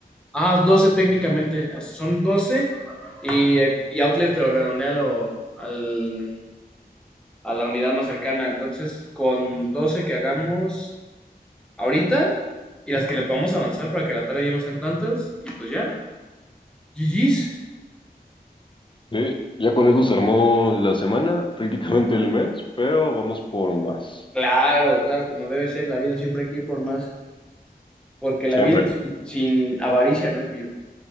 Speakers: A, in the centre; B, on the left (about 30°).
A: Ah, 12 técnicamente. Son doce y, y Outlier te lo redondea a lo- al, a la unidad más cercana. Entonces, con 12 que hagamos ahorita y las que le podamos avanzar para que la tarea ya no sean tantas, y pues ya, GG's.
B: Sí, ya con eso se armó la semana, prácticamente el mes, pero vamos por más.
A: Claro, claro, como debe ser, la vida siempre hay que ir por más, porque la
B: Siempre.
A: vida sin, sin avaricia no es vida.